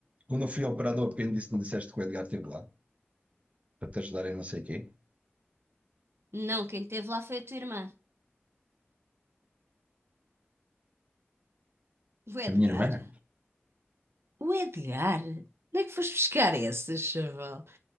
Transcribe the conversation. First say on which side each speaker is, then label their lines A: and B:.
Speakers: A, on the right (about 35°); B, on the right (about 80°).
A: quando eu fui operado ao apêndice, não disseste que o Edgar esteve lá para te ajudar em não sei o quê?
B: Não, quem esteve lá foi a tua irmã. O Edgar?
A: A minha irmã?
B: O Edgar? Onde é que foste buscar esse, chaval?